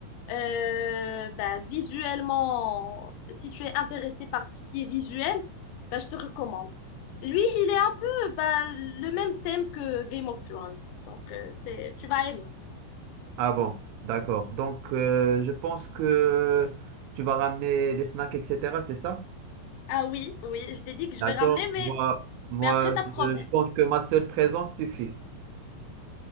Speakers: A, on the left (about 90°); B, on the right (about 80°).
A: euh, bah, visuellement, si tu es intéressé par tout ce qui est visuel, bah, je te recommande. Lui, il est un peu bah, le même thème que Game of Thrones, donc euh, c'est, tu vas aimer.
B: Ah bon, d'accord. Donc, euh, je pense que tu vas ramener des snacks, etc. C'est ça?
A: Ah oui, oui, je t'ai dit que je
B: D'accord.
A: vais ramener, mais,
B: Moi, moi,
A: mais après ta
B: je
A: promesse.
B: je pense que ma seule présence suffit.